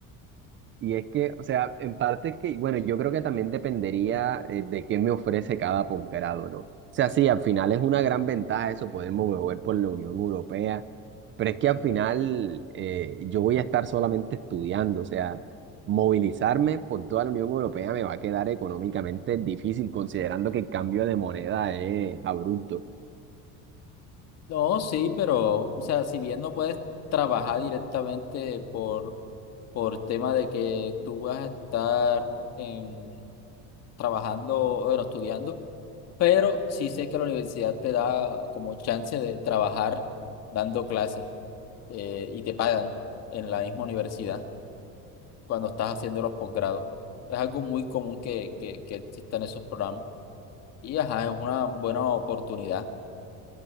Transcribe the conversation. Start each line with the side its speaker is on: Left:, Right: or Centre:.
Right: y es que, o sea, en parte es que, bueno, yo creo que también dependería eh, de qué me ofrece cada posgrado, ¿no? O sea, sí, al final es una gran ventaja eso, poderme mover por la Unión Europea, pero es que al final eh, yo voy a estar solamente estudiando, o sea, movilizarme por toda la Unión Europea me va a quedar económicamente difícil, considerando que el cambio de moneda es abrupto.
Left: No, sí, pero, o sea, si bien no puedes trabajar directamente por, por tema de que tú vas a estar en, trabajando, bueno, estudiando, pero sí sé que la universidad te da como chance de trabajar dando clases eh, y te pagan en la misma universidad cuando estás haciendo los posgrados. Es algo muy común que, que, que existan esos programas y ajá, es una buena oportunidad.